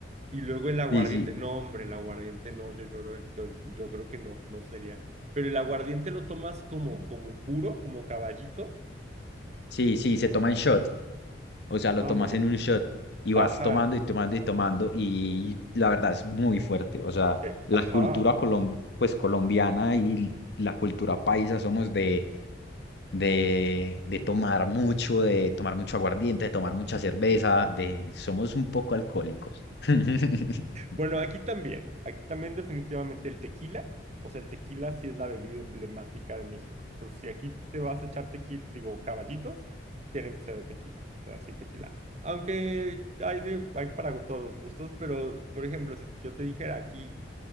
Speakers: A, on the right (about 35°); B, on the left (about 60°).
A: Y luego el aguardiente.
B: Sí, sí.
A: No, hombre, el aguardiente no. Yo lloro. el- Yo, yo creo que no, no sería. Pero el aguardiente lo tomas como, como puro, como caballito.
B: Sí, sí, se toma en shot. O sea, lo
A: No,
B: tomas
A: hombre.
B: en un shot y vas
A: Ajá.
B: tomando y tomando y tomando y la verdad es muy fuerte. O sea,
A: eh,
B: la
A: ajá.
B: cultura colom- pues, colombiana y la cultura paisa somos de, de, de tomar mucho, de tomar mucho aguardiente, de tomar mucha cerveza, de somos un poco alcohólicos. <laughs>
A: Bueno, aquí también, aquí también definitivamente el tequila, o sea, el tequila sí es la bebida emblemática de México. Entonces, si aquí te vas a echar tequila, digo, caballitos, tienen que ser de tequila, o sea, sí, tequila. Aunque hay, de- hay para todos los gustos, pero, por ejemplo, si yo te dijera aquí,